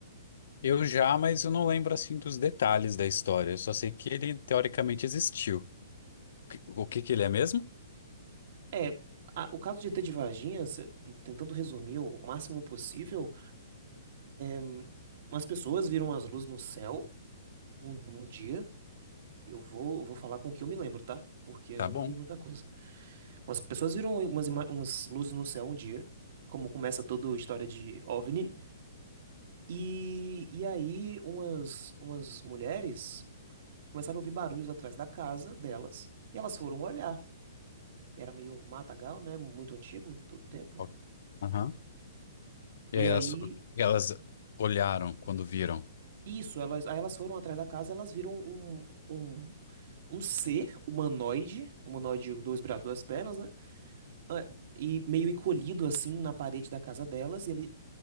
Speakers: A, on the left; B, on the right.
A: Eu já, mas eu não lembro assim dos detalhes da história. Eu só sei que ele teoricamente existiu. Que- O que que ele é mesmo?
B: É, a- o caso de ET de Varginha, se- tentando resumir o máximo possível, hum, umas pessoas viram as luzes no céu um, num dia. Eu vou, eu vou falar com o que eu me lembro, tá? Porque eu
A: Tá
B: não
A: bom.
B: me lembro de muita coisa. Umas pessoas viram umas, ima- umas luzes no céu um dia, como começa toda a história de OVNI. E, e aí umas, umas mulheres começaram a ouvir barulhos atrás da casa delas. E elas foram olhar. E era meio matagal, né? Muito antigo, todo tempo.
A: Ó, Aham.
B: E
A: E aí elas,
B: aí,
A: elas olharam quando viram.
B: isso, elas, aí elas foram atrás da casa, elas viram um, um, um ser humanoide, humanoide, dois braços, duas pernas, né? é, e meio encolhido assim na parede da casa delas, e ele,